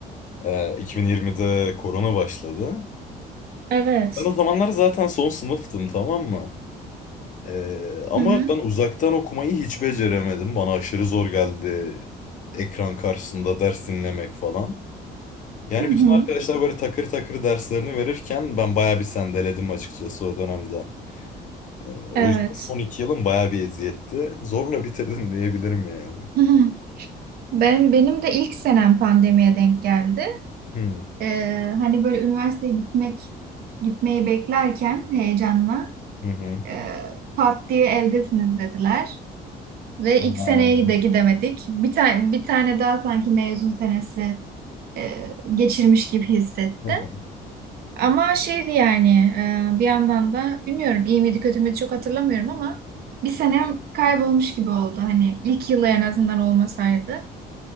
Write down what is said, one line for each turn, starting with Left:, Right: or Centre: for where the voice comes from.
Left: Ee, 2020'de korona başladı.
Right: Evet.
Left: Ben o zamanlar zaten son sınıftım tamam mı? Ee, ama
Right: Hı hı.
Left: ben uzaktan okumayı hiç beceremedim. Bana aşırı zor geldi ekran karşısında ders dinlemek falan. Yani
Right: Hı
Left: bütün
Right: hı.
Left: arkadaşlar böyle takır takır derslerini verirken ben bayağı bir sendeledim açıkçası o dönemde. Ee, o
Right: Evet.
Left: yüzden son iki yılım bayağı bir eziyetti. Zorla bitirdim <laughs> diyebilirim yani.
Right: Hı hı. Ben benim de ilk senem pandemiye denk geldi.
Left: Hmm,
Right: Ee, hani böyle üniversiteye gitmek gitmeyi beklerken heyecanla
Left: Hı hı.
Right: e, pat diye evdesiniz dediler ve
Left: Aa.
Right: ilk seneyi de gidemedik. Bir tane bir tane daha sanki mezun senesi e, geçirmiş gibi hissettim.
Left: <laughs>
Right: Ama şeydi yani e, bir yandan da bilmiyorum iyi miydi kötü müydü çok hatırlamıyorum ama bir senem kaybolmuş gibi oldu. Hani ilk yılı en azından olmasaydı